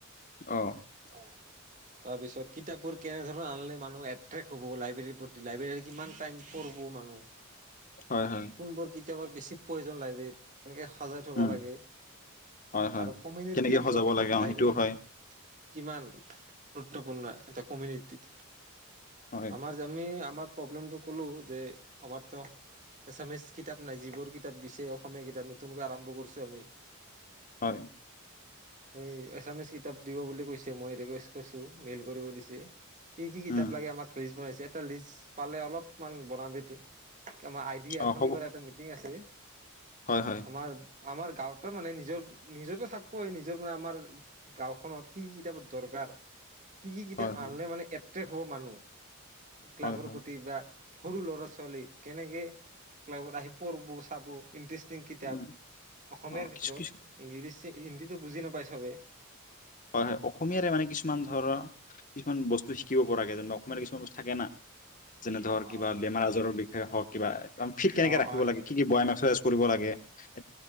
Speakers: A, on the left (about 35°); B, on the right (about 35°).
A: অ
B: অ'। তাৰপিছত কিতাপবোৰ কেনেধৰণ আনিলে মানুহ এট্ৰেক্ট হব লাইব্ৰেৰীৰ প্ৰতি লাইব্ৰেৰী কিমান টাইম পঢ়ব্ মানুহ।
A: হয় হয়
B: কোনবোৰ কি <unintelligible> বেছি প্ৰয়োজন লাইব্ৰেৰীত। এনেকে সজাই থব
A: উম
B: লাগে
A: হয় হয়
B: আৰু কমিনিটিৰ
A: কেনেকে
B: ওপৰত
A: সজাব লাগে অ
B: লাইব্ৰেৰী
A: সেইটোও হয়
B: কিমান গুৰুত্বপূৰ্ণ এটা কমিউনিটিতে।
A: হয়
B: আমাৰ যে আমি আপ তোমাৰ প্ৰব্লেম তো কলো যে আমাৰ তো এচামিছ কি কিতাপ নাই যিবোৰ কিতাপ দিছে অসমীয়া কিতাপ, নতুনকৈ আৰম্ভ কৰছো আমি।
A: হয়।
B: সেই এছামিছ কিতাপ দিব বুলি কৈছে মই ৰিকুৱেষ্ট কৰছো মেইল কৰিব দিছে। কি কি কিতাপ
A: উম
B: লাগে আমাক ৰি বন এটা লিষ্ট পালে অলপ মান বনাবি তো, <unintelligible> আইডিয়া
A: অ
B: শনিবাৰে
A: হ'ব
B: মিটিং আছে।
A: হয় হয়
B: আমাৰ আমাৰ গাঁওতো মানে নিজৰ - নিজৰতো থাকপই নিজৰ মানে আমাৰ গাঁওখনত কি কি কিতাপৰ দৰকাৰ। কি-কি কিতাপ
A: হয় হয়
B: আনিল মানে এ হুৱ মানুহ । ক্লাবৰ
A: হয় হয়
B: প্ৰতি বা সৰু ল'ৰা ছোৱালী কেনেকে ক্লাবত আহি পঢ়বো চাব । ইণ্টাৰেষ্টিং কিতাপ,
A: উম
B: অসমীয়াৰ
A: অ কিছু
B: ভিতৰত
A: কিছু
B: ইংৰাজী, হিন্দীতো বুজি নাপায় চবেই ।
A: হয়-হয় অসমীয়াৰে মানে কিছুমান ধৰা কিছুমান বস্তু শিকিব পৰাকৈ যেন অসমীয়াৰ কিছুমান বস্তু থাকে না? যেনে ধৰ কিবা
B: অ
A: বেমাৰ আজাৰৰ বিষয়ে হওক। কিবা ঠিক তেনেকৈ
B: অ
A: ৰাখিব
B: অ সেই
A: লগে। কি-কি ব্যয়াম এক্াৰাইজ কৰিব লাগে ে <inaudible>